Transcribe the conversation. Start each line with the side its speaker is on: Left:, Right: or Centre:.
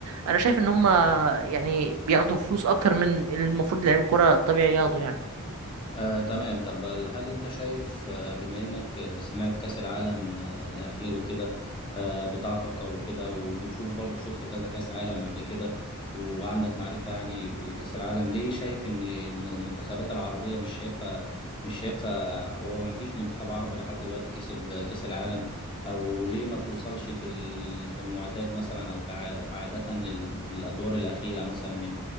Right: انا شايف ان هم يعني بياخدوا فلوس اكتر من المفروض لعيب الكوره الطبيعي ياخدوا يعني
Left: آه، تمام طب هل انت شايف آه، بما انك آه، سمعت كأس العالم آه، الاخير وكده آه، بتاع قطر وكده وبتشوف برضه شفت كذا كأس عالم قبل كده وعندك معرفة يعني بكأس العالم ليه شايف ان م- المنتخبات العربية مش شايفة مش شايفة هو ما فيش منتخب عربي لحد دلوقتي كسب كأس العالم او ليه ما بتوصلش في ال- في المعتاد مثلا او كعادة للادوار الأخيرة مثلا